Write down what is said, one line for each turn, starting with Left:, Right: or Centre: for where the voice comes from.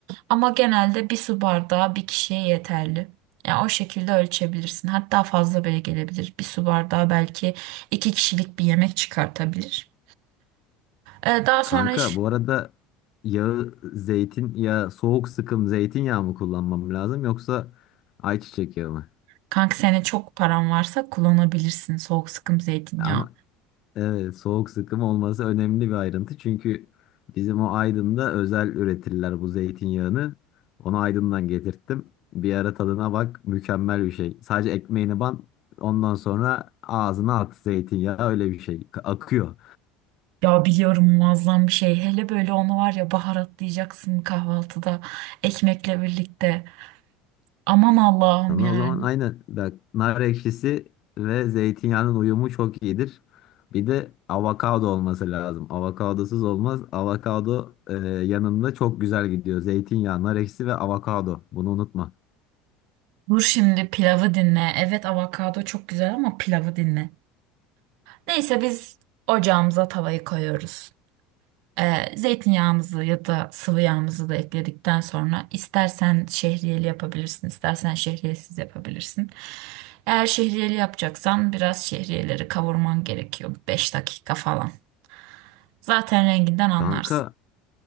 Right: Ama genelde bir su bardağı bir kişiye yeterli. Yani o şekilde ölçebilirsin. Hatta fazla bile gelebilir. Bir su bardağı belki iki kişilik bir yemek çıkartabilir. Ee, daha sonra
Left: Kanka
Right: iş,
Left: bu arada yağı zeytin ya soğuk sıkım zeytinyağı mı kullanmam lazım yoksa ayçiçek yağı mı?
Right: kanka senin çok paran varsa kullanabilirsin soğuk sıkım zeytinyağı.
Left: Ama Evet, soğuk sıkım olması önemli bir ayrıntı. Çünkü bizim o Aydın'da özel üretirler bu zeytinyağını. Onu Aydın'dan getirttim. Bir ara tadına bak, mükemmel bir şey. Sadece ekmeğini ban, ondan sonra ağzına at zeytinyağı öyle bir şey. Ka- Akıyor.
Right: Ya biliyorum muazzam bir şey. Hele böyle onu var ya baharatlayacaksın kahvaltıda ekmekle birlikte. Aman Allah'ım
Left: Sana
Right: yani.
Left: o zaman aynen bak nar ekşisi ve zeytinyağının uyumu çok iyidir. Bir de avokado olması lazım. Avokadosuz olmaz. Avokado e, yanında çok güzel gidiyor. Zeytinyağı, nar ekşisi ve avokado. Bunu unutma.
Right: Dur şimdi pilavı dinle. Evet avokado çok güzel ama pilavı dinle. Neyse biz ocağımıza tavayı koyuyoruz. Ee, zeytinyağımızı ya da sıvı yağımızı da ekledikten sonra istersen şehriyeli yapabilirsin, istersen şehriyesiz yapabilirsin. Eğer şehriyeli yapacaksan biraz şehriyeleri kavurman gerekiyor. 5 dakika falan. Zaten renginden anlarsın.
Left: Kanka,